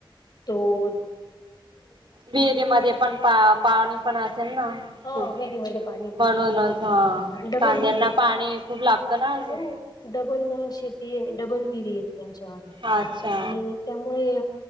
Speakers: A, on the left (about 50°); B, on the right (about 70°).
A: दोन
B: विहिरी मधे पण पा पाणी पण असेल ना?
A: हा
B: खूप
A: विहिरीमध्ये पाणी
B: म्हणूनच हा
A: डबल
B: कांद्यांना पाणी खूप लागतं ना? अजून
A: हो डबल शेतीये, डबल विहिरीयत त्यांच्या <unintelligible>
B: अच्छा
A: आणि त्या मुळे